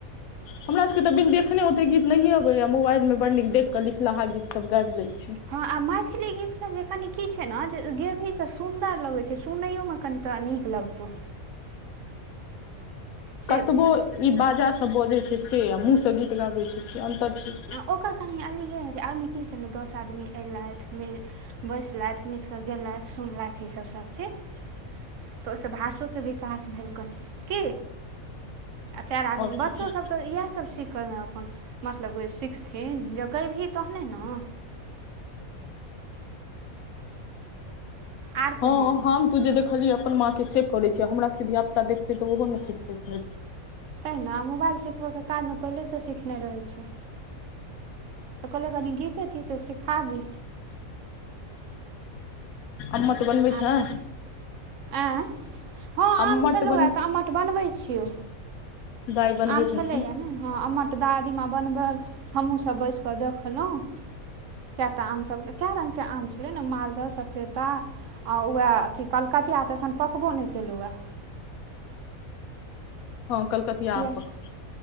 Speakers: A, on the left; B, on the right.
A: हमरा सबके के तऽ बिन देखने ओते गीत नहिये अबैया मोबाइल में बड नीक देख के लिखलाहा गीत सब गाबय ले छी
B: हँ आ मैथिली गीत सब जे कनि की छै ने जे गेबही तऽ सुन्दर लगे छै सुनयो में कनि तऽ नीक लगतौ से
A: कतबो
B: भेल
A: ई बाजा बजै छै से आ मुँहसँ गीत गाबै छै से अन्तर छै
B: आ ओकर कनि अलिगे होइ छै ओहिमे की होइ छै ने दस आदमी अयलथि बैसलथि नीकसँ गेलथि सुनलथि ईसब सभचीज तऽ ओहि स भाषो के विकास भेल कनि की आ चार आदमी
A: आओर की
B: बच्चोसभ
A: की
B: तऽ इएहसभ सिखय में अपन लगबैए सिखथिन जगेबही तहने न आर कही
A: हँ हम तू जे देखलियै अपन माँके से करै छिय हमरा सबके धिया पुता देखतै तऽ ओहो ने सिखतै फेर
B: तेहि न मोबाइल सिखबयके कारण में पहिलेसँ सीखने रहै छै तऽ कहलियै कनि गीते तीते सिखाबी
A: अमोट बनबै
B: आरसँ
A: छै
B: आँय ह
A: अम्मट
B: आम छलहुँए
A: बन
B: तऽ आम्मट बनबै छियौ
A: दाइ बनबैत
B: आम छलैए
A: हेथुन
B: न हँ आ दादी माँ बनबल हमहूँ सब बैसिकऽ देखलहुँ कएटा आम सभ कए रंग के आम छलै ने मालदह सपेटा आ उएह अथी कलकतिया तऽ एखन पकबो नय केलउ है
A: हँ कलकतिया
B: इएह
A: आब पकतइ